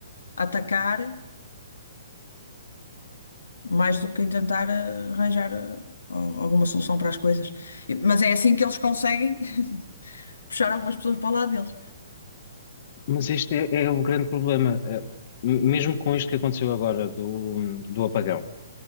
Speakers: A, on the left (about 70°); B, on the left (about 45°).
A: atacar. mais do que em tentar eh, arranjar eh, al- alguma solução para as coisas. E- Mas é assim que eles conseguem <laughs> puxar algumas pessoas para o lado deles.
B: Mas este é, é o grande problema. eh, m- Mesmo com isto que aconteceu agora do, do apagão,